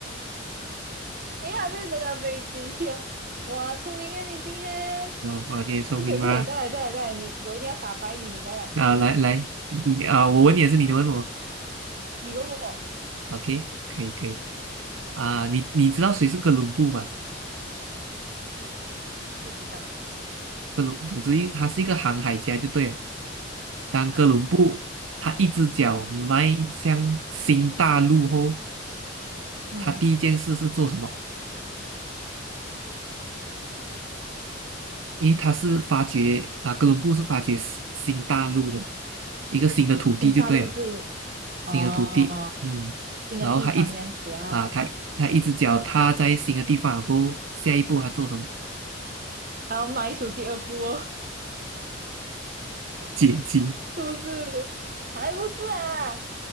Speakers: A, on the right; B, on the right.
A: 你还变成了北极熊？哇，聪明啊！你今天
B: 哦，我今天聪明吗？
A: 不可以，不可以，再来，再来，再来！你我一定要打败你，你再来。
B: 啊，来来，你啊，我问你也是，你问我
A: 你问我
B: ，OK，可以可以啊，你你知道谁是哥伦布吗？
A: 不知道
B: 哥伦，总之一，他是一个航海家就对了。当哥伦布他一只脚迈向新大陆后，
A: 啊？嗯，
B: 他第一件事是做什么？因为他是发掘啊，哥伦布是发掘新新大陆的一个新的土地就对了，
A: 新大陆是
B: 新的土地，
A: 哦，
B: 嗯，
A: 新的地方这样子啊。
B: 然后他一直啊，他他一只脚踏在新的地方过后，下一步他做什么？
A: 然后迈出第二步哦。
B: 结晶，
A: 是不是？还不是啊，